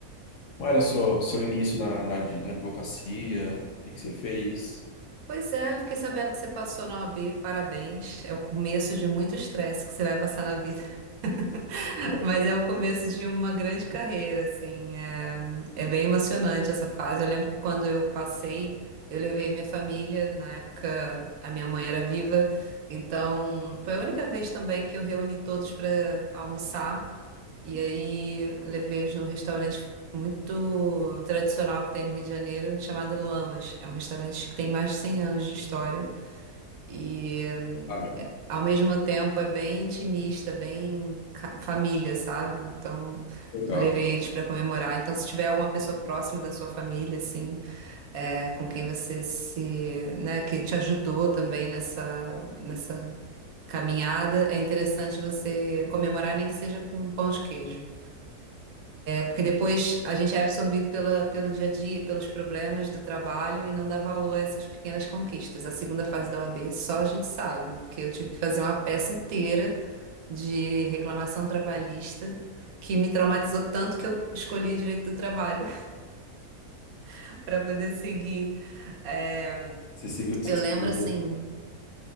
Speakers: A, on the left; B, on the right.
A: como era seu, seu início na, na, ad- na advocacia, o que que você fez?
B: Pois é, eu fiquei sabendo que você passou na OAB, parabéns. É o começo de muito estresse que você vai passar na vida, <laughs>
A: Pô,
B: mas é o começo de uma grande carreira, assim. É, é bem emocionante essa fase. Eu lembro que quando eu passei, eu levei minha família, na época a minha mãe era viva, então foi a única vez também que eu reuni todos para almoçar. E aí levei eles num restaurante muito tradicional que tem no Rio de Janeiro, chamado Lamas. É um restaurante que tem mais de 100 anos de história e
A: Caramba,
B: ao mesmo tempo é bem intimista, bem ca- família, sabe? Então
A: legal.
B: levei eles para comemorar. Então se tiver alguma pessoa próxima da sua família, assim, é, com quem você se, né, que te ajudou também nessa nessa caminhada, é interessante você comemorar nem que seja com um pão de queijo. Porque depois a gente é absorvido pela, pelo dia a dia, pelos problemas do trabalho e não dá valor a essas pequenas conquistas. A segunda fase da OAB só a gente sabe, porque eu tive que fazer uma peça inteira de reclamação trabalhista que me traumatizou tanto que eu escolhi direito do trabalho <laughs> para poder seguir. É,
A: Você seguiu, você
B: eu
A: seguiu.
B: lembro assim,